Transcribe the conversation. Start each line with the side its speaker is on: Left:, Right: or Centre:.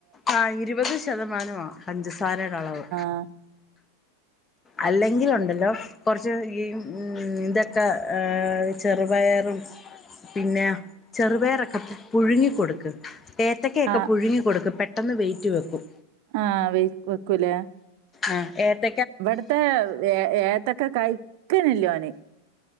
Left: ആഹ് ഇരുപത് ശതമാനമാ പഞ്ചസാരയുടെ അളവ്
Right: ആഹ്
Left: അല്ലെങ്കിലുണ്ടല്ലോ കുറച്ച് ഈ ഇതൊക്കെ ചെറുപയറും പിന്നെ ചെറുപഴറ് ഒക്കെ പുഴുങ്ങി കൊടുക്ക് ഏത്തക്കക്കെ ഒകെ
Right: ആ
Left: പുഴുങ്ങി കൊടുക്ക് പെട്ടെന്ന് വെയിറ്റ് വെക്കും
Right: ആഹ് വൈറ്റ് വെക്കൂലേ
Left: ആഹ് ഏത്ത
Right: ഇവിടുത്തെ ഏത്തക്ക കഴിക്കന്നെ ഇല്ല ഓന്